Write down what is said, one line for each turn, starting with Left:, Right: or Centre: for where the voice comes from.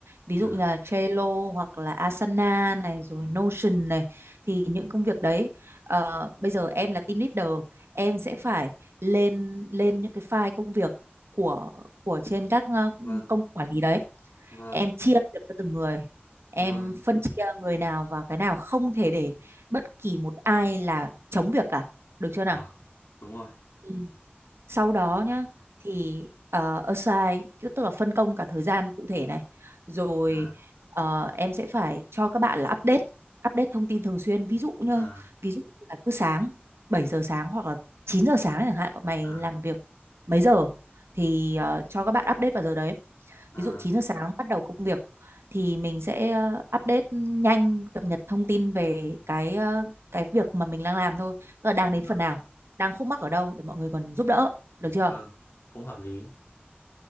Right: ví
Left: À,
Right: dụ như là Trello hoặc là Asana này rồi
Left: ừ.
Right: Notion này thì những công việc đấy ờ, bây giờ em là team leader em sẽ phải lên lên những cái file công việc của của trên các ờ,
Left: Vâng,
Right: công cụ quản lý đấy
Left: vâng,
Right: em chia việc cho từng người em
Left: vâng.
Right: phân chia người nào vào cái nào không thể để bất kỳ một ai là chống việc cả được chưa
Left: À,
Right: nào
Left: đúng rồi.
Right: Ừ sau đó
Left: Đó.
Right: nhá thì uh, assign cứ tức là phân công cả thời gian cụ thể này rồi
Left: À,
Right: ờ, em sẽ phải cho các bạn là update update thông tin thường xuyên ví dụ như
Left: à,
Right: ví dụ là cứ sáng 7 giờ sáng hoặc là 9 giờ sáng chẳng hạn bọn mày
Left: à,
Right: làm việc mấy giờ thì ờ, cho các bạn update vào giờ đấy
Left: à,
Right: ví dụ 9 giờ sáng bắt đầu công việc thì mình sẽ ờ, update nhanh cập nhật thông tin về cái ờ, cái việc mà mình đang làm thôi tức là đang đến
Left: vâng,
Right: phần nào đang khúc mắc ở đâu để mọi người còn giúp đỡ được
Left: vâng.
Right: chưa
Left: Cũng hợp lý.